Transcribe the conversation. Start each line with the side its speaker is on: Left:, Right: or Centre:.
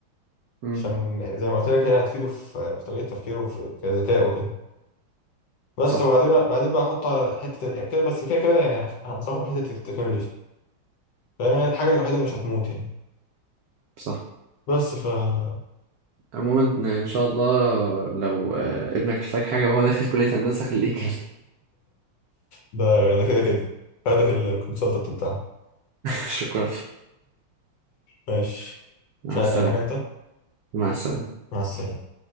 Right: امم
Left: عشان زي ما قلت لك هي هتفيده في في طريقه تفكيره وفي كذكاء وكده بس
Right: صح
Left: وبعدين بقى بعدين بقى احطه على حته ال- كده بس كده كده يعني هنصحه بحته التكنولوجيا فاهم يعني الحاجه الوحيده اللي مش هتموت يعني
Right: صح
Left: بس ف <laughs>
Right: عموما ان إن شاء الله لو آه، ابنك احتاج حاجه وهو داخل كليه هندسه خليه يكلم
Left: ده ده كده كده هاخدك الكونسلتنت بتاعنا
Right: <laughs> شكرا
Left: ماشي
Right: مع
Left: مش عايز
Right: السلامه
Left: اي حاجه انت
Right: مع السلامه
Left: مع السلامه